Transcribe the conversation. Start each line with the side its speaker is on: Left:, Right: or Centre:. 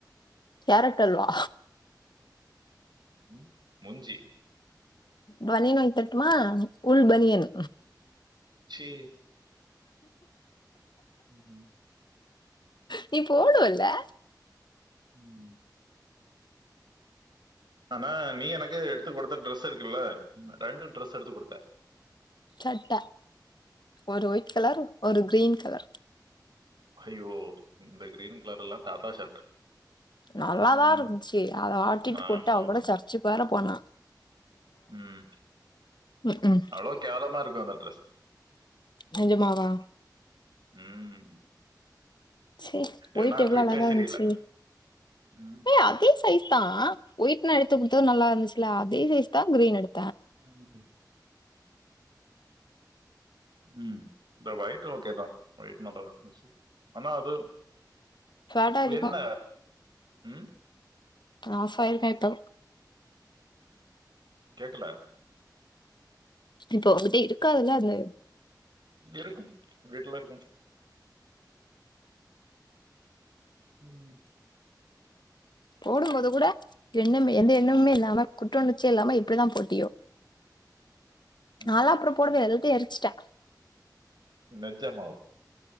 Left: கேரட் அல்வா
Right: ம் மூஞ்சி
Left: பனின் வாங்கி தரட்டுமா உள் பனியன்
Right: ச்சி ம் ம்
Left: நீ போடுவல்லா
Right: ம் ம் ஆனா நீ எனக்கு எடுத்து குடுத்த ட்ரெஸ் இருக்குல்ல ரெண்டு ட்ரெஸ் எடுத்து குடுத்த
Left: சட்ட ஒரு ஒயிட் கலர் ஒரு க்ரீன் கலர்
Right: ஹய்யோ இ இந்த க்ரீன் கலர் எல்லா தாத்தா ஷர்ட்
Left: நல்லாதா
Right: ம்
Left: இருந்ச்சி அத ஆட்டிட்டு
Right: ஆமா
Left: போட்டு அவ
Right: ஆமா
Left: கூட சர்ச்சுக் வேற போன
Right: ம்
Left: ம்க்ம்.
Right: அவ்ளோ கேவ்லமா இருக்கு அந்த ட்ரெஸ்
Left: நெஜமாவா?
Right: ம்
Left: சேரி
Right: ஏன்னா
Left: ஒயிட்டு எவ்ளோ
Right: ஃபிட்டே
Left: அழகா
Right: சரியில்ல
Left: இருந்துச்சி
Right: ம்
Left: ஏ அதே சைஸ் தா ஒயிட் நா எத்து குத்து நல்லா இந்துச்சுல அதே சைஸ்தா க்ரீன் எடு
Right: <inaudible> ம் இந்த ஒய்ட் ஓகேதா ஒய்ட் நல்லா இருந்துச்சு ஆனா அது
Left: ஃபேட்டா இருக்கும்.
Right: என்ன ம்
Left: ஆஃபாய்ல் டைப்பு
Right: கேக்கல
Left: இப்போ உங்கிட்ட இருக்காதில்ல அது
Right: இருக்கு வீட்ல இருக்கு ம்
Left: போடும்போது கூட எண்ணமே எந்த எண்ணம்மே இல்லாம குற்ற உணர்ச்சியே இல்லாம எப்டிதா போட்டியோ
Right: ம்
Left: நால்லா அப்றோ போடவே இல் து எரிச்சிட்டே
Right: நெஜமாவா